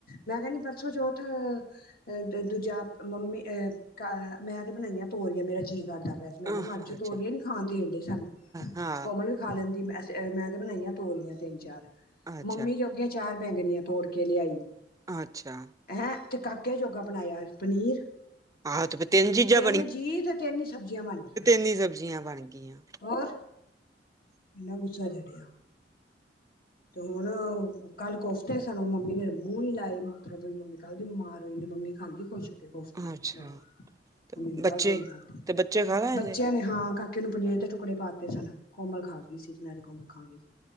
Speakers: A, on the left; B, on the right.
A: ਮੈਂ ਕਹਿਦੀ ਪਰਸੋਂ ਚੌਥ ਅ ਦੂਜਾ ਮੰਮੀ ਅਹ ਮੈਂ ਤੇ ਬਣਾਈ ਆ ਤੋਰੀਆ ਮੇਰਾ ਜੀਅ ਕਰਦਾ। ਪੈਸ ਮੈਂ
B: ਆਹ
A: ਨਾ ਮਰਜ਼ੋ
B: ਅੱਛਾ
A: ਤੋਰੀਏ ਨੀ ਖਾਣ ਦੇ ਦਣ ਦਯੇ ਸਾਨੂੰ
B: ਹਾਂ
A: ਕੋਮਲ। ਖਾ ਲੈਂਦੀ ਮੈਂ ਤੇ ਬਣਾਈਆ ਤੋਰੀਆਂ ਤਿੰਨ ਚਾਰ
B: ਅੱਛਾ
A: ਮੰਮੀ ਜੋਗਿਆ ਚਾਰ ਬੈਂਗਣੀਆਂ ਤੋੜ ਕੇ ਲਿਆਈ।
B: ਅੱਛਾ।
A: ਹੈਂ ਤੇ ਕਾਕੇ ਜੋਗਾ ਬਣਾਇਆ ਪਨੀਰ।
B: ਆਹੋ ਤੇ ਫਿਰ ਚੀਜ਼ਾਂ
A: ਤਿੰਨ ਜੀ ਤੇ ਤਿੰਨ ਹੀ ਸਬਜ਼ੀਆਂ ਬਣ ਗਿਆਂ।
B: ਕਿੰਨੀ ਸਬਜ਼ੀਆਂ ਬਣ ਗਈਆਂ।
A: ਹੋਰ ਇਨਾ ਗੁੱਸਾ ਚੜਿਆ। ਤੇ ਹੁਣ ਕੱਲ ਕੋਫਤੇ ਸਨ ਮੰਮੀ ਨੇ ਮੂੰਹ ਨੀ ਲਾਏ ਮਤਲਬ ਮੰਮੀ ਕੱਲ ਦੀ ਬਿਮਾਰ ਹੋਈ ਮੰਮੀ। ਖਾਂਦੀ ਖੁਸ਼ ਹੋ ਕੇ ਕੋਫਤੀ
B: ਅੱਛਾ,
A: ਬੜੇ
B: ਤੇ
A: ਉਹਣੇ
B: ਬੱਚੇ
A: ਕਲ ਦੇ ਨੀ ਖਾਦੇ
B: ਤੇ ਬੱਚੇ ਖਾ ਲੈਂਦੇ,
A: ਬੱਚਿਆਂ ਨੇ ਹਾਂ ਕਾਕੇ ਨੂੰ ਪਨੀਰ ਦੇ ਟੁਕੜੇ ਪਾਤੇ ਸਨ ਕੋਮਲ ਖਾ ਗਈ ਸੀ ਜਨੈ ਤੇ ਕੋਮਲ ਖਾ ਗਈ।